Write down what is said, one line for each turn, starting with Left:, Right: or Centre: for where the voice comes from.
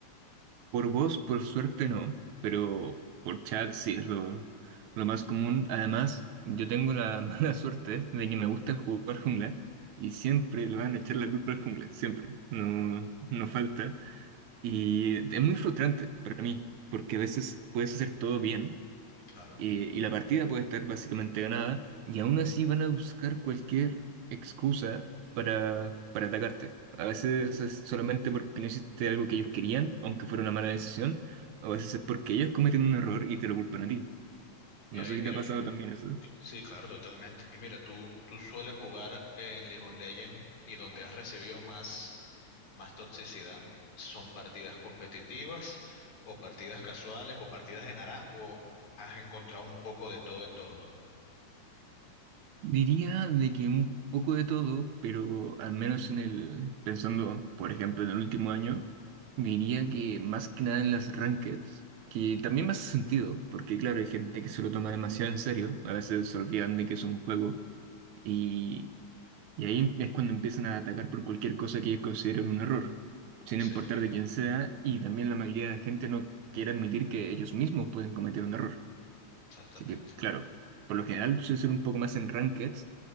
Right: Por voz, por suerte no, pero por chat sí es lo, lo más común. Además, yo tengo la <laughs> mala suerte de que me gusta jugar jungla y siempre le van a echar la culpa al jungla, siempre, no, no falta. Y es muy frustrante para mí, porque a veces puedes hacer todo bien
Left: Claro.
Right: y, y la partida puede estar básicamente ganada y aún así van a buscar cualquier excusa para, para atacarte. A veces es solamente porque no hiciste algo que ellos querían, aunque fuera una mala decisión, a veces es porque ellos cometieron un error y te lo culpan a ti.
Left: Y
Right: No
Left: ahí,
Right: sé si
Left: mira,
Right: te ha pasado también eso.
Left: sí, claro, totalmente. Y mira, tú, tú sueles jugar en League of Legends y donde has recibido más más toxicidad son partidas competitivas o partidas casuales o partidas en ARAN o has encontrado un poco de todo en todo.
Right: Diría de que un poco de todo, pero al menos en el, pensando, por ejemplo, en el último año, diría que más que nada en las rankeds, que también me hace sentido, porque claro, hay gente que se lo toma demasiado en serio, a veces se olvidan de que es un juego, y, y ahí es cuando empiezan a atacar por cualquier cosa que ellos consideren un error, sin
Left: Sí,
Right: importar de quién sea, y también la mayoría de gente no quiere admitir que ellos mismos pueden cometer un error.
Left: exactamente.
Right: Así que, claro, por lo general suele ser un poco más en rankeds.